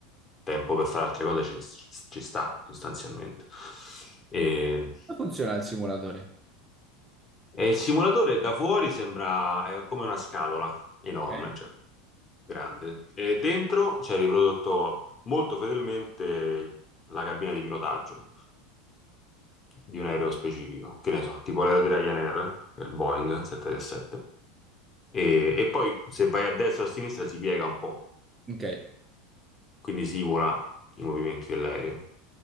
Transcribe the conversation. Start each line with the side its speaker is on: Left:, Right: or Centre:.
Left: tempo per fare altre cose ci, ci sta sostanzialmente. E,
Right: Come funziona il simulatore?
Left: e il simulatore da fuori sembra eh, come una scatola enorme,
Right: Ok,
Left: cioè grande, e dentro c'è riprodotto molto fedelmente la cabina di pilotaggio. di un aereo specifico, che ne so, tipo l'aereo di Ryanair, che è il Boeing 737, e, e poi se vai a destra o a sinistra si piega un po',
Right: ok.
Left: quindi si simula i movimenti dell'aereo.